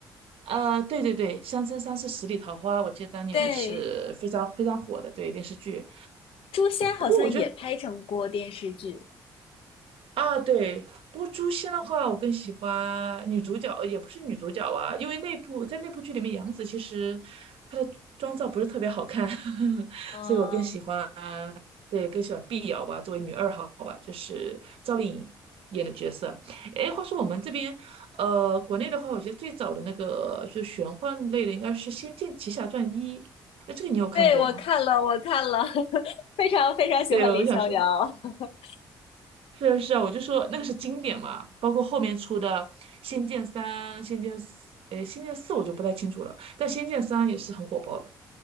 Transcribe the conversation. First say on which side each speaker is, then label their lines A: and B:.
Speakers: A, on the right (about 60°); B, on the left (about 60°).
A: 啊，对对对，《三生三世十里桃花》，我记得当年是非常非常火的，
B: 对，
A: 对电视剧。
B: 《诛仙》好像也拍成过电视剧。
A: 不过我觉得。啊，对，不过诛仙的话，我更喜欢女主角，呃也不是女主角啊，因为那部在那部剧里面，杨紫其实她的妆造不是特别好看，<laughs>
B: 嗯，
A: 所以我更喜欢，对，更喜欢碧瑶吧，作为女二号吧，就是赵丽颖演的角色。哎，话说我们这边，呃，国内的话，我觉得最早的那个就玄幻类的应该是《仙剑奇侠传一》，那这个你有看过吗？
B: <laughs> 对，我看了，我看了，<laughs> 非常非常喜欢李逍遥。
A: 对，我想说。
B: <laughs>
A: 是啊是啊，我就说那个是经典嘛，包括后面出的《仙剑三》《仙剑四》，哎，《仙剑四》我就不太清楚了，但《仙剑三》也是很火爆了。